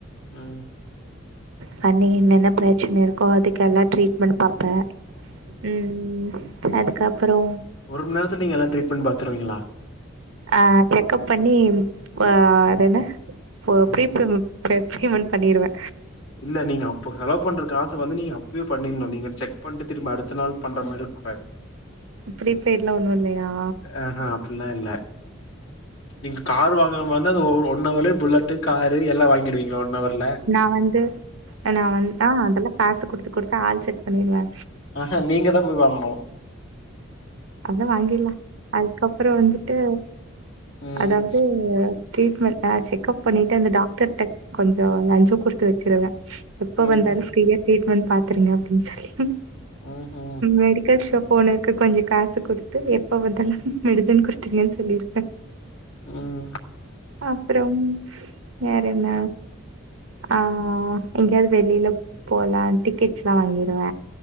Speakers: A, on the left; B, on the right.
A: ம்
B: பண்ணி என்னென்ன பிரச்சன இருக்கோ அதுக்கு எல்லா ட்ரீட்மெண்ட் பாப்பே ம் அதுக்கப் புறோ
A: ஒரு மண் நேரத்துல நீங்க எல்லா ட்ரீட்மெண்ட் பாத்துருவீங்களா
B: ஆ செக் கப் பண்ணி ஆ
A: அ.
B: அது என்ன இப்போ
A: ம்
B: ட்ரீட்மெண்ட் <unintelligible> பண்ணிடுவே
A: இல்ல நீங்க அப்ப செலவு பண்றக்காசு வந்து நீங்க அப்பவே பண்ணிர்ணு நீங்க செக் பண்ட்டு திரும்பி அடுத் த நாள் பண்ற மாரி இருக்கக் கூடாது
B: ப்ரீபெய்டில் ஒன்றும் இல்லையா
A: அஹா அப் பில்லா இல்ல நீங்க கார் வாங்கற மா ந்தா ஒரு ஒன் அவர்லயே புல்லட்டு காரு எல்லா வாங்கிடுவீங்களோ ஒன் அவர்ல
B: நான் வந்து நா வந் ஆ அதெல்லா காசு கொடுத்து கொடுத்து ஆள் செட் பண்ணிடுவே
A: அஹா நீங்க தா போய் வாங்கனு
B: அத வாங்கிட்லா அதுக்கப்புறோ வந்துட்டு
A: ம்
B: அதாவது ட்ரீட்மெண்ட்னா செக்கப் பண்ணிட்டு அந்த டாக்டர்க்ட்ட கொஞ்சோ லஞ்சொ கொடுத்து வச்சுருவே எப்போ
A: ம்ஹூ
B: வந்தாலு ஃப்ரீயா ட்ரீட்மெண்ட் பாத்துருங்க அப்டின்னு சொல்லி
A: ம்ஹூ
B: மெடிக்கல் ஷாப் போனதுக்கப்ரோ இங்க காசு குடுத்து எப்ப வந்தாலு மெடுசன் குடுத்துருங்கன்னு சொல்லிருப்பே
A: ம்
B: அப்பறம் வேற என்ன ஆ எங்கேயாவது வெளியில போலா டிக்கெட்ஸ் எல்லா வாங்கிருவ